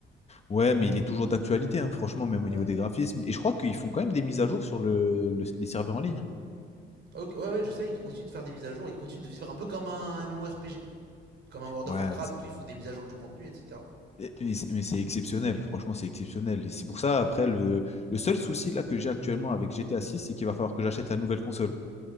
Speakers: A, on the left; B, on the right.
A: Ouais, mais il est toujours d'actualité, hein, franchement, même
B: Ouais,
A: au niveau
B: ouais.
A: des
B: ouais.
A: graphismes. Et je crois qu'ils font quand même des mises à jour sur le, le- les serveurs en ligne. hein.
B: Ok, ouais, ouais, je sais, ils continuent de faire des mises à jour, ils continuent de vivre un peu comme un MMORPG. Comme un World
A: Ouais,
B: of Warcraft,
A: c'est-
B: tout, ils font des mises à jour du contenu, etc.
A: et- mais c'est mais c'est exceptionnel, franchement, c'est exceptionnel. Et c'est pour ça, après, le, le seul souci là que j'ai actuellement avec GTA 6, c'est qu'il va falloir que j'achète la nouvelle console.